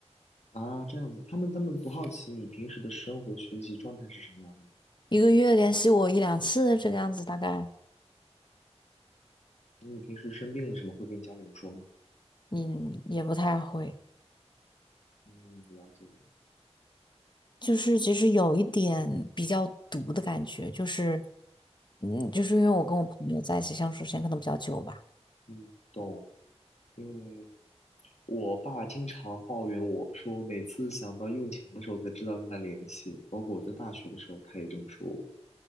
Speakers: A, on the left (about 75°); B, on the left (about 40°).
A: 啊？这样子，他们他们不好奇你平时的生活、学习状态是什么样的吗？
B: 一个月联系我一两次这个样子，大概
A: 那你平时生病了什么会跟家里人说吗？
B: 你也不太会。
A: 嗯，了解了。
B: 就是其实有一点比较毒的感觉，就是，嗯，就是因为我跟我朋友在一起相处时间可能比较久吧，
A: 嗯，懂。因为我爸经常抱怨我说，每次想到用钱的时候才知道跟他联系，包括我在大学的时候，他也这么说我。